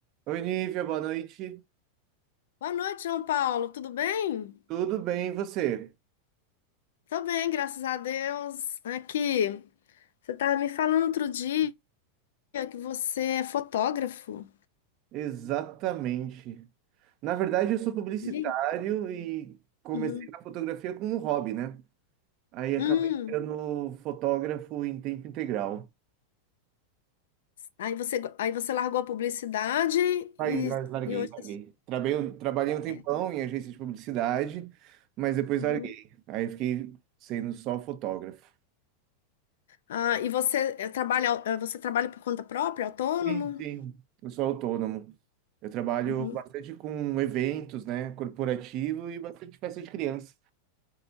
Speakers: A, on the right; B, on the left.
A: Oi, Nívia, boa noite.
B: Boa noite, João Paulo. Tudo bem?
A: Tudo bem, e você?
B: Tô bem, graças a Deus. Aqui, você estava me falando outro dia que você é fotógrafo.
A: Exatamente. Na verdade, eu sou publicitário
B: E aí?
A: e comecei
B: Uhum.
A: na fotografia como um hobby, né? Aí acabei
B: Hum.
A: sendo fotógrafo em tempo integral.
B: Aí você, aí você largou a publicidade
A: Aí
B: e,
A: lar- larguei,
B: e hoje
A: larguei.
B: tá assim.
A: Trabalhei, um, trabalhei um tempão
B: é.
A: em agência de publicidade, mas depois
B: Uhum.
A: larguei. Aí fiquei sendo só fotógrafo.
B: Ah, e você é, trabalha, é, você trabalha por conta própria, autônomo?
A: Sim, sim. Eu sou autônomo. Eu trabalho
B: Uhum.
A: bastante com eventos, né, corporativo e bastante festa de criança.